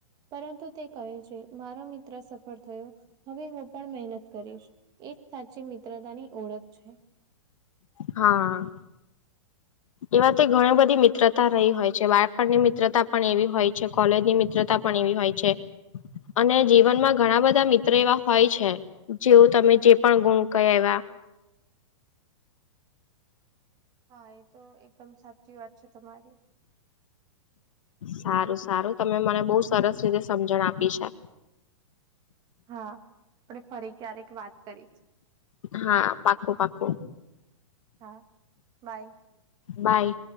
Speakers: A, on the right; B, on the left.
A: પરંતુ તે કહે છે મારો મિત્ર સફળ થયો હવે હું પણ મહેનત કરીશ. એજ સાચી મિત્રતાની ઓળખ છે.
B: હા. એવાતે ઘણી બધી મિત્રતા રહી હોય છે બાળપણની મિત્રતા પણ એવી હોય છે કોલેજની મિત્રતા હોય છે અને જીવનમાં ઘણા બધા મિત્ર એવા હોય છે. જેવું તમે જે પણ ગુણ કયા એવા
A: હા એ તો એકદમ સાચી વાત છે તમારી
B: સારું સારું તમે મને બહુ સરસ રીતે સમજણ આપી છે.
A: હા આપણે ફરી ક્યારેક વાત કરીશું.
B: હા પાકો પાકો
A: હા બાય
B: બાય